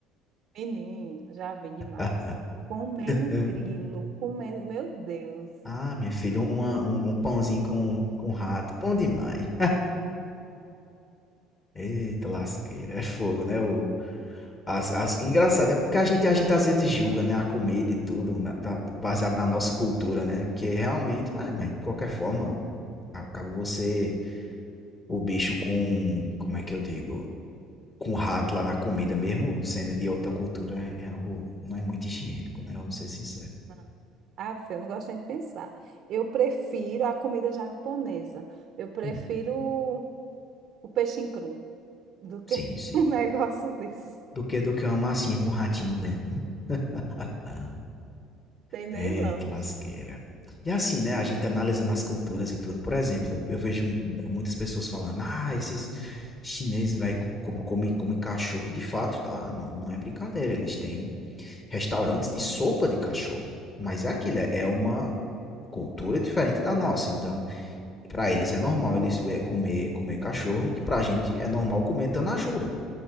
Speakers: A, on the right (about 55°); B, on the left (about 30°).
A: Menino, já vi demais.
B: Ah,
A: Comendo
B: é.
A: grilo, comendo. Meu Deus!
B: ah, minha filha, uma- um, um pãozinho com, com rato, bom demais. Eita, lasqueira, é fogo, né? O, as, as, engraçado,
A: Dura.
B: né? Porque a gente, a gente às vezes julga, né? A comida e tudo, na- da- baseado na nossa cultura, né? Porque realmente, mas, mas de qualquer forma, acaba você o bicho com, como é que eu digo? Com rato lá na comida, mesmo sendo de outra cultura, é é algo, não é muito higiênico, né? Vamos ser sinceros.
A: Não. Ah, filho, eu não gosto nem de pensar. Eu prefiro a comida japonesa. Eu prefiro
B: Hum,
A: o o peixe cru do que
B: sim,
A: <laughs>
B: sim.
A: um negócio desse.
B: Do que do que uma massinha com ratinho dentro, né? Ah,
A: Tem nem
B: eita
A: lógica.
B: lasqueira. E assim, né? A gente analisando as culturas e tudo. Por exemplo, eu vejo mu- muitas pessoas falando, ah, esses chineses vai come, come, come cachorro. E de fato, tá? Não, não é brincadeira. Eles têm restaurantes de sopa de cachorro. Mas é aquilo, é é uma, cultura diferente da nossa. Então, para eles é normal eles é, comer comer cachorro e para a gente é normal comer tanajura,